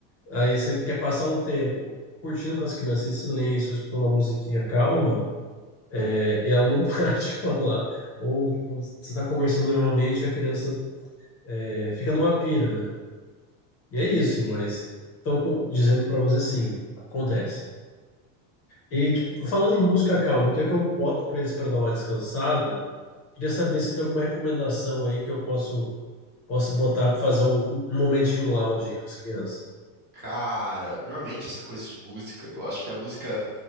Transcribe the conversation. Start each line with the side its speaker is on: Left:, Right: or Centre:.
Left: Aí você quer passar um tempo curtindo com as crianças em silêncio, escutando uma musiquinha calma, é, e ela não <laughs> para de falar. Ou, tipo, você tá conversando normalmente e a criança é, fica numa pira, né? E é isso,
Right: Sim.
Left: mas estão dizendo para você sim, acontece. E tipo, falando em música calma, que é que eu boto pra eles pra dar uma descansada? Queria saber se tem alguma recomendação aí que eu posso posso botar pra fazer um, um um momentinho lounge aqui com as crianças.
Right: Cara, normalmente essa coisa de música, eu acho que a música